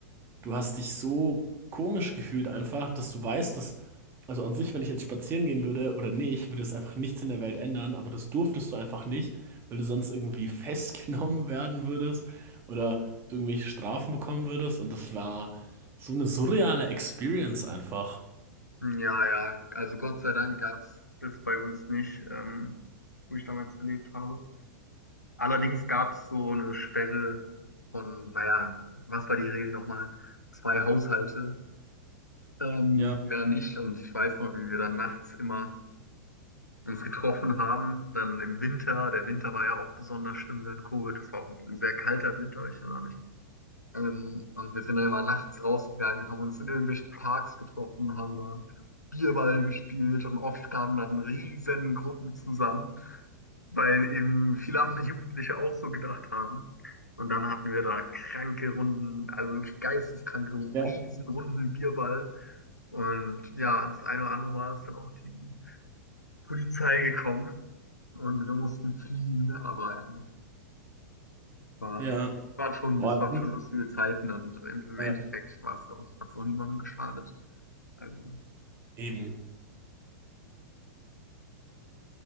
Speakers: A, on the right; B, on the left.
A: du hast dich so komisch gefühlt einfach, dass du weißt, dass, also an sich, wenn ich jetzt spazieren gehen würde oder nicht, würde es einfach nichts in der Welt ändern, aber das durftest du einfach nicht, weil du sonst irgendwie festgenommen <laughs> werden würdest oder du irgendwelche Strafen bekommen würdest und das war so eine surreale Experience einfach.
B: Ja, ja, also Gott sei Dank gab es das bei uns nicht, ähm, wo ich damals gelebt habe. Allerdings gab es so eine Sperre von, naja, was war die Regel nochmal? Zwei Haushalte, ähm,
A: Ja,
B: mehr nicht. Und ich weiß noch, wie wir dann nachts immer uns getroffen haben, dann im Winter. Der Winter war ja auch besonders schlimm während Covid. Das war auch ein sehr kalter Winter, ich erinnere mich. Ähm, und wir sind dann immer nachts rausgegangen, haben uns in irgendwelchen Parks getroffen, haben da Bierball gespielt und oft kamen dann riesen Gruppen zusammen, weil eben viele andere Jugendliche auch so gedacht haben. Und dann hatten wir da kranke Runden, also wirklich geisteskranke,
A: ja,
B: Riesenrunden Bierball. Und ja, das eine oder andere Mal ist dann auch die Polizei gekommen und wir mussten fliehen, aber ja. War,
A: ja.
B: es waren schon,
A: Boah,
B: es
A: ich
B: waren
A: muss-
B: schon lustige Zeiten und im
A: ja,
B: Endeffekt war es auch, hat es auch niemandem geschadet. Also,
A: eben.